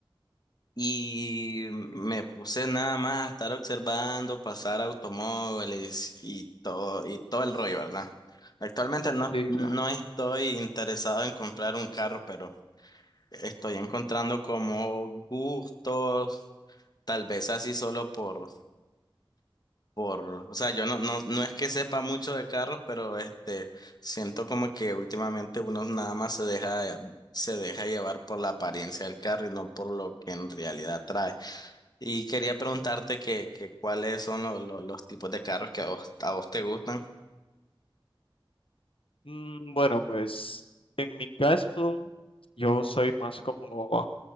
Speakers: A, on the left; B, on the left.
A: y me puse nada más a estar observando pasar automóviles y todo, y todo el rollo, ¿verdad? Actualmente no,
B: Sí,
A: no
B: claro.
A: estoy interesado en comprar un carro, pero estoy encontrando como gustos. Tal vez así solo por, por, o sea, yo no, no, no es que sepa mucho de carros, pero este, siento como que últimamente uno nada más se deja, se deja llevar por la apariencia del carro y no por lo que en realidad trae. Y quería preguntarte que, que cuáles son lo- lo- los tipos de carros que a vos, a vos te gustan.
B: Mm, bueno, pues en mi caso, yo soy más como